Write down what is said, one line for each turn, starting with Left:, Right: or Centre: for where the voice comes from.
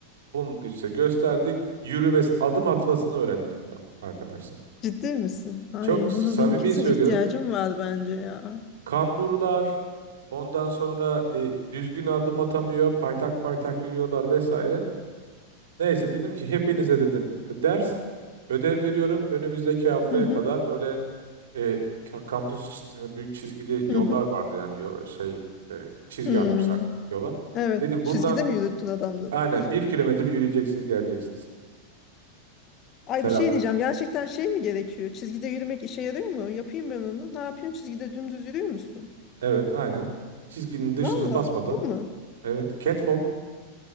Right: Bunu işte gösterdik. Yürümesi, adım atmasını öğrettim adam arkadaşlar.
Left: Ciddi misin? Ay
Right: Çok samimi
Left: bunu benim kesin
Right: söylüyorum.
Left: ihtiyacım var bence ya.
Right: Kamburlar, ondan sonra e, düzgün adım atamıyor, paytak paytak yürüyorlar vesaire. Neyse dedim ki hepinize dedim ders, ödev veriyorum. Önümüzdeki haftaya
Left: Hı hı
Right: kadar böyle e, ka- kampüs içinde büyük çizgili
Left: hı
Right: yollar
Left: hı.
Right: vardı yani yo- şey e, çizgi
Left: Hmm.
Right: atmışlar yola.
Left: Evet.
Right: Dedim
Left: Çizgide
Right: bundan
Left: mi yürüttün adamları?
Right: aynen bir kilometre yürüyeceksiniz geleceksiniz.
Left: Ay
Right: Selam.
Left: bir şey diyeceğim. Gerçekten şey mi gerekiyor? Çizgide yürümek işe yarıyor mu? Yapayım ben onu. Ne yapıyorsun? Çizgide dümdüz yürüyor musun?
Right: Evet aynen. Çizginin dışına
Left: Valla.
Right: basmadan.
Left: Bu mu?
Right: Evet. Catwalk.